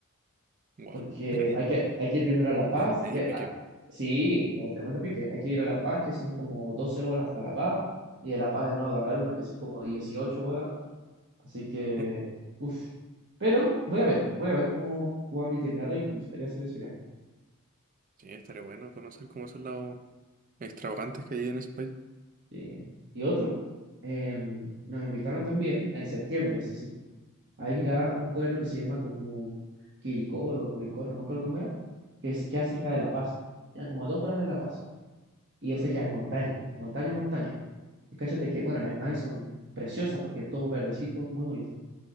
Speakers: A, on the right; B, on the right.
A: Wow,
B: porque
A: el,
B: hay que, hay que ir primero a La Paz,
A: el medio
B: que
A: pique.
B: a- sí, el tremendo pique, hay que ir a La Paz, que son como 12 horas hasta La Paz, y de La Paz de nuevo agarrar una que son como 18 horas, así que,
A: Mm.
B: uff, pero voy a ver, voy a ver cómo juega mi itinerario y me gustaría hacer ese viaje.
A: Sí, estaría bueno conocer cómo son los extravagantes que hay en esos países.
B: Sí. Y otro, em, nos invitaron también en septiembre, ese sí, a ir a un pueblo que se llama como Quiricoro, Curicoro, no creo cómo era, que es- queda cerca de La Paz, ya como a dos horas de La Paz. y ese ya es montaña,
A: Ujú.
B: montaña, montaña. Y cáchate que, bueno, las imágenes son preciosas porque es todo verdecito, muy bonito.